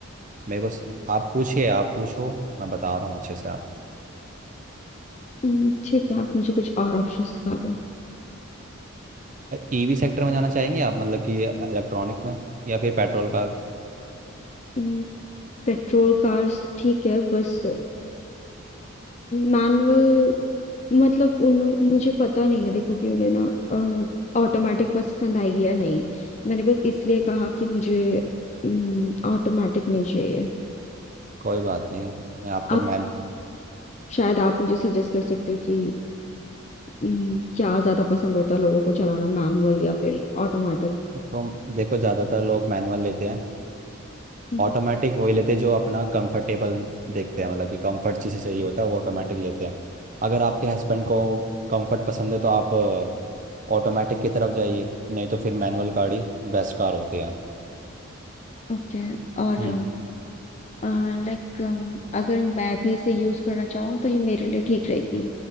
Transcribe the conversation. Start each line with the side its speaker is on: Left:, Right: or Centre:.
Right: मेरे को स- आप पूछिए आप पूछो मैं बता रहा हूँ अच्छे से आप
Left: हम्म, ठीक है आप मुझे कुछ और ऑप्शन दिखा दो
Right: ईवी सेक्टर में जाना चाहेंगे आप मतलब कि इलेक्ट्रॉनिक में या फिर पेट्रोल कार
Left: हम्म, पेट्रोल कार्स ठीक है बस मैनुअल मतलब उन्हों मुझे पता नहीं है देखो कि उन्हें ना ऑटोमेटिक पसंद आएगी या नहीं मैंने बस इसलिए कहा कि मुझे ऑटोमेटिक नहीं चाहिए
Right: कोई बात नहीं मैं आपको
Left: आप
Right: मैन
Left: शायद आप मुझे सजेस्ट कर सकते हो कि हम्म, क्या ज्यादा पसंद होता है लोगों को चलाना मैनुअल या फिर ऑटोमेटिक
Right: तो देखो ज़्यादातर लोग मैनुअल लेते हैं
Left: हम्म
Right: ऑटोमेटिक वही लेते हैं जो अपना कंफर्टेबल देखते हैं मतलब कि कंफर्ट जिसे चाहिए होता है वो ऑटोमेटिक लेते हैं अगर आपके हस्बैंड को कंफर्ट पसंद है तो आप ऑटोमेटिक की तरफ जाइए नहीं तो फिर मैनुअल कार ही बेस्ट कार होती है
Left: ओके और
Right: हम्म
Left: लाइक अगर मैं भी इसे यूज करना चाहूँ तो ये मेरे लिए ठीक रहेगी